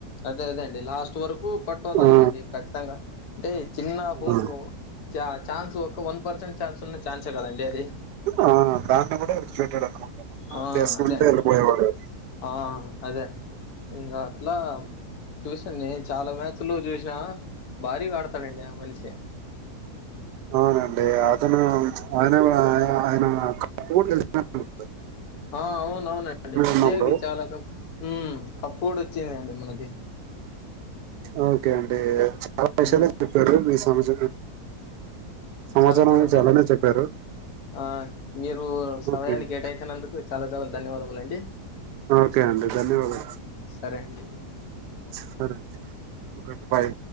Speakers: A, on the left; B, on the right.
A: అదే అదే అండి లాస్ట్ వరకు పట్టు వదలండి
B: ఆ
A: ఖచ్చితంగా అంటే చిన్న హోప్
B: ఆ
A: చ ఛాన్స్ ఒక వన్ర్సెంట్ ఛాన్స్ ఉన్న ఛాన్సే కదండి అది
B: ఆ దాన్ని కూడా ఎజుేటెడ్ అనమాట మొత్తం
A: ఆ
B: చేసుకుంటే
A: అదే అండి
B: వెళ్ళిపోయేవాడు
A: ఆ అదే ఇంకా అట్లా చూసాడి చాలా మ్యాచ్ లో చూసినా భారీగా ఆడతాడండి ఆ మనిషి
B: అవునండి అతను అయన వ అయన ఆయన కప్ కూడా గెల్చినట్టున్నాడు
A: ఆ అవునవునండి ఇండియాకి
B: ఉన్నప్పుడు
A: చాలా క కప్పు కూడా వచ్చిందండి మనకి
B: ఓకే అండి చాలా విషయాల
A: ఉమ్
B: చెప్పారు మీ సమాజ సమాచారం
A: చాలా చాలా ధ
B: చాలానే చెప్పారు
A: ఆ మీరు సమయాన్ని
B: ఓకే అండి.
A: కేటాయించినందుకు చాలా చాలా ధన్యవాదములు అండి
B: ఓకే అండి ధన్యవాదాలు
A: సరే అండి
B: సరే ఒకే బాయ్